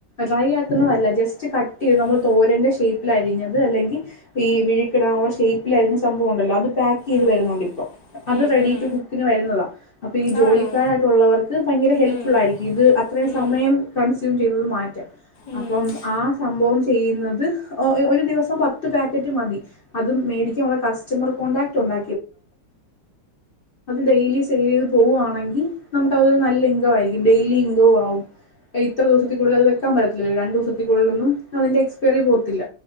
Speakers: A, on the left; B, on the left.
A: ഡ്രൈ ആക്കുന്നതല്ല ജസ്റ്റ് കട്ട് ചെയ്ത്
B: ഉം,
A: നമ്മൾ തോരന്റെ ഷപ്പിലായിരിഞ്ഞത് അല്ലെങ്കിൽ ഈ വിഴുിക്കണുള്ള ഷ്പപ്പിലായിരിരിക്ക സംഭവം ഉണ്ടല്ലോ അത് പാക്ക് ചെയ്ത്
B: ഉം,
A: വരുന്നുണ്ട് ഇപ്പൊ അത്
B: ഉം,
A: റെഡി
B: ഉം.
A: ടു കുക്കിന് വരുന്നതാ അപ്പൊ ഈ ജോലിക്കാരായിട്ടുള്ളവർക്ക്
B: ആണോ
A: ഭയങ്കര ഹെൽപഫുള്ള
B: ഉം,
A: ആയിരിക്കും ഇത് അത്രയും
B: ഉം,
A: സമയം കൺ ചെയ മാറ്റ
B: ഉം.
A: അപ്പം ആ സംഭവ ചെയ്യുന്നത് ഒരു ദിവസം പത്ത് പാക്കറ്റ് മതി അത് മേടിക്കാാനുള്ള കസ്റ്റമർ കോൺടാക്ട് ഉണ്ട് ഡെ പോകുവാണെങ്കിൽ നമുക്ക് അതുപോലെ നല്ല ഇൻകവ ആയിരിക്കും ഡെയിലി ഇൻകവ ആവുംും ഇത്ര ദിവസത്തിക്കുള്ളിൽ അത് വെക്കാൻ പറ്റത്തില്ല രണ്ടു ദിവസത്തിക്കുള്ളിലൊന്നും അന്റെ എക്സ്പയറി പോകത്തില്ല